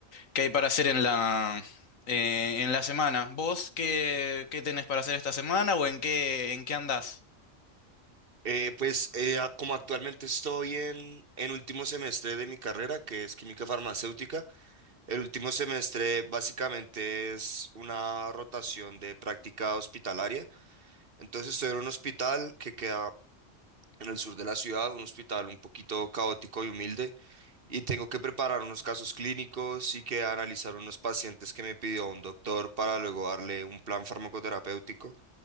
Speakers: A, on the left; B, on the right.
A: que hay para hacer en la, eh, en la semana. ¿Vos qué, qué tenés para hacer esta semana o en qué, en qué andás?
B: Eh, pues eh, a- como actualmente estoy en, en último semestre de mi carrera, que es química farmacéutica, el último semestre básicamente es una rotación de práctica hospitalaria. Entonces estoy en un hospital que queda en el sur de la ciudad, un hospital un poquito caótico y humilde, y tengo que preparar unos casos clínicos y que analizar unos pacientes que me pidió un doctor para luego darle un plan farmacoterapéutico.